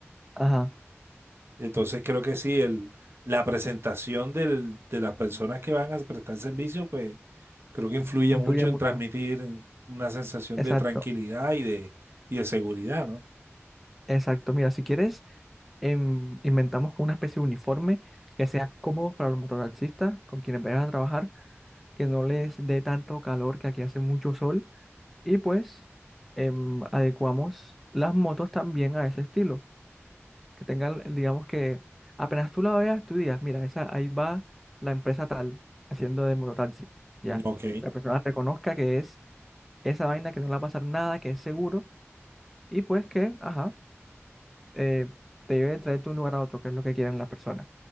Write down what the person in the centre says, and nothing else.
Ajá,
influye
mucho.
Exacto,
exacto. Mira, si quieres... em, inventamos como una especie de uniforme que sea cómodo para los mototaxistas con quienes vayan a trabajar, que no les dé tanto calor, que aquí hace mucho sol, y pues em, adecuamos las motos también a ese estilo, que tengan, digamos que apenas tú la veas, tú digas, mira, esa, ahí va la empresa tal haciendo de mototaxi, ya.
La persona reconozca que es esa vaina, que no le va a pasar nada, que es seguro, y pues que, ajá, eh, te lleve a de un lugar a otro, que es lo que quieren las personas.